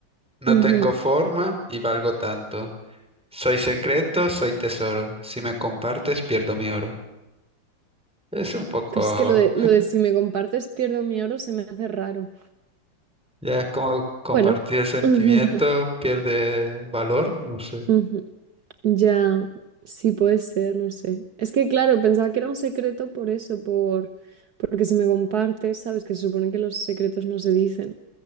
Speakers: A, in the centre; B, on the right (about 60°).
A: No
B: Ujú.
A: tengo forma y valgo tanto. Soy secreto, soy tesoro. Si me compartes, pierdo mi oro. Es un poco,
B: Pero es que lo de, lo de si me compartes pierdo mi oro se me hace raro.
A: ya es como compartir
B: Bueno.
A: el sentimiento
B: <laughs>
A: pierde valor, no sé.
B: Ujú. Ya, sí puede ser, no sé. Es que claro, pensaba que era un secreto por eso, por porque si me compartes, sabes que se supone que los secretos no se dicen.